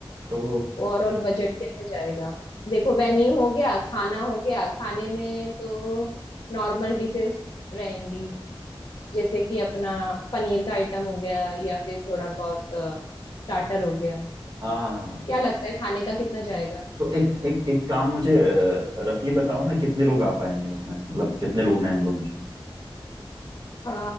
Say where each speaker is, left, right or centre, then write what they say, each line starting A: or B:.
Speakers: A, on the right; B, on the left.
A: तो
B: ओवरऑल बजट कैसे जाएगा देखो वेन्यू हो गया खाना हो गया खाने में तो नॉर्मल डिशेस रहेंगी जैसे कि अपना पनीर का आइटम हो गया या फिर थोड़ा बहुत स्टार्टर हो गया
A: हाँ हाँ हाँ
B: क्या लगता है खाने का कितना जाएगा
A: तो एक एक एक काम मुझे रफली बताओ ना कितने लोग आ पाएंगे उसमें मतलब कितने लोग हैं हम लोग
B: अ,